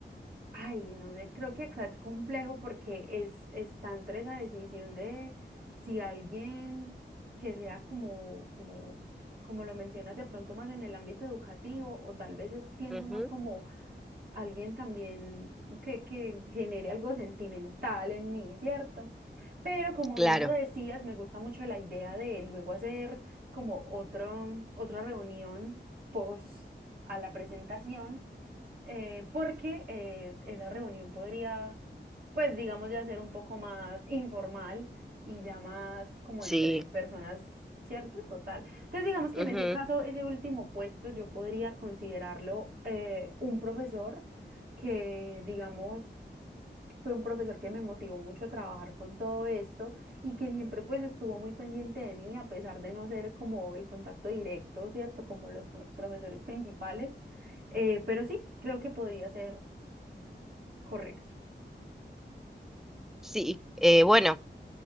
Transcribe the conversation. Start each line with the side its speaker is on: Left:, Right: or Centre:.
Right: Ay, no sé, creo que acá es complejo porque es, está entre esa decisión de si alguien que sea como, como, como lo mencionas de pronto más en el ámbito educativo o tal vez es- pienso
Centre: Ujú,
Right: más como alguien también que, que genere algo sentimental en mí, ¿cierto? Pero como
Centre: Claro,
Right: bien lo decías, me gusta mucho la idea de luego hacer como otro, otra reunión post a la presentación eh, porque eh, esa reunión podría, pues digamos, ya ser un poco más informal y ya más como
Centre: sí.
Right: entre personas, ¿cierto? Total. Entonces, digamos que
Centre: Ujú,
Right: en ese caso, ese último puesto yo podría considerarlo eh, un profesor que, digamos, fue un profesor que me motivó mucho a trabajar con todo esto y que siempre pues estuvo muy pendiente de mí, a pesar de no ser como el contacto directo, ¿cierto? Como los pro- profesores principales, Eh, pero sí, creo que podría ser correcto.
Centre: Sí, Eh, bueno,